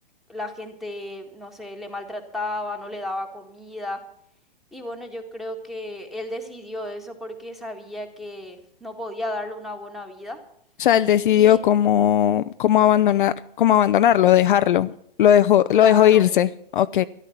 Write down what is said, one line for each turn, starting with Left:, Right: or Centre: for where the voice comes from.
Centre: la gente, no sé, le maltrataba, no le daba comida. Y bueno, yo creo que él decidió eso porque sabía que no podía darle una buena vida.
Left: O sea, él decidió
Centre: Y
Left: cómo, cómo abandonar, cómo abandonarlo, dejarlo, lo dejó, lo
Centre: claro.
Left: dejó irse, ok.